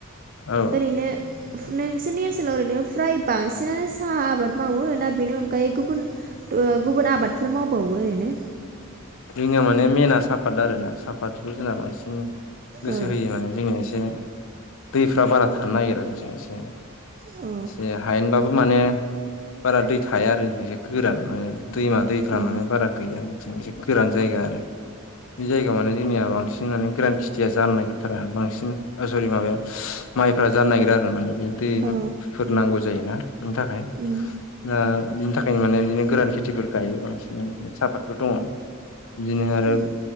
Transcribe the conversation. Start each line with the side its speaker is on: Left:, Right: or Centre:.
Left: औ
Right: ओरैनो नोंसोरनि ओनसोलाव ओरैनो फ्राय बांसिनानो साहा आबाद मावो दा बेनि अनगायै गुबुन ओ गुबुन आबादफोर मावबावो ओरैनो?
Left: जोंनिया माने मेेना सापात आरोना सापातखौ जोंना बांसिन गोसो
Right: औ
Left: होयो माने जोंने एसे दैफ्रा बारा थानो नागिरा जों एसे
Right: अ
Left: एसे हायेनबाबो माने बारा दै थाया आरो जोंनिथिं गोरान माने दैमा दैफ्रा
Right: अ
Left: माने बारा गैया जोंनिथिं एसे गोरान जायगा आरो बे जायगायाव माने जोंनिया बांसिन माने गोरान खेथिया जानो नागिरथारा बांसिन ओ सरि माबाया माइफ्रा जानो नागिरा आरो माने बे दैफोर
Right: औ
Left: नांगौ जायोना बेनि थाखाय
Right: उम
Left: दा बिनि थाखायनो माने बिदिनो गोरान खेथिफोर गायो बांसिन सापातफोर दङ बिदिनो आरो
Right: उम